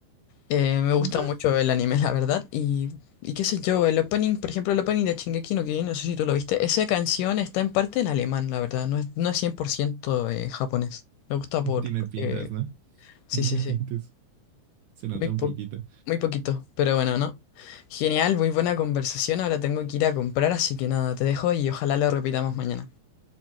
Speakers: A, on the left; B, on the right.
A: Eh, me gusta
B: Ajá.
A: mucho el anime, la verdad, y, y qué sé yo, el opening, por ejemplo, el opening de Shingeki no Kyojin, no sé si tú lo viste, esa canción está en parte en alemán, la verdad, no es, no es 100% eh, japonés. Me gusta
B: <laughs>
A: por...
B: Tiene pintas,
A: eh,
B: ¿no?
A: sí,
B: Tiene
A: sí, sí.
B: tintes. Suena
A: Muy,
B: tan
A: po-
B: poquita.
A: muy poquito, pero bueno, ¿no? Genial, muy buena conversación. Ahora tengo que ir a comprar, así que nada, te dejo y ojalá lo repitamos mañana.